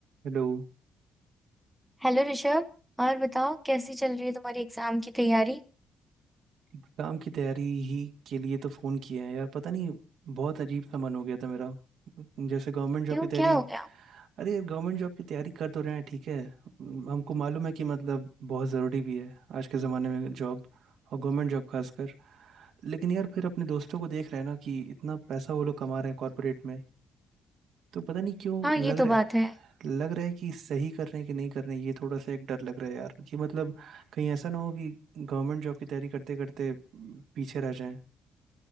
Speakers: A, on the right (about 75°); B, in the centre.
A: Hello
B: Hello Rishabh और बताओ कैसी चल रही है तुम्हारी एग्जाम की तैयारी
A: Exam की तैयारी ही के लिए तो फ़ोन किया है यार पता नहीं बहुत अजीब सा मन हो गया था मेरा जैसे गवर्नमेंट जॉब
B: क्यों
A: की तैयारी
B: क्या हो गया
A: अरे यार गवर्नमेंट जॉब की तैयारी कर तो रहे हैं ठीक है हम्म, हमको मालूम है कि मतलब बहुत ज़रूरी भी है आज के ज़माने में जॉब और गवर्नमेंट जॉब खासकर लेकिन यार फिर अपने दोस्तों को देख रहे हैं ना कि इतना पैसा वो लोग कमा रहे हैं कॉरपोरेट में तो पता नहीं क्यों
B: हाँ ये
A: लग
B: तो
A: रहा
B: बात
A: है
B: है
A: लग रहा है कि सही कर रहे हैं कि नहीं कर रहे हैं ये थोड़ा सा एक डर लग रहा है यार कि मतलब कहीं ऐसा ना हो कि गवर्नमेंट जॉब की तैयारी करते करते पीछे रह जाएं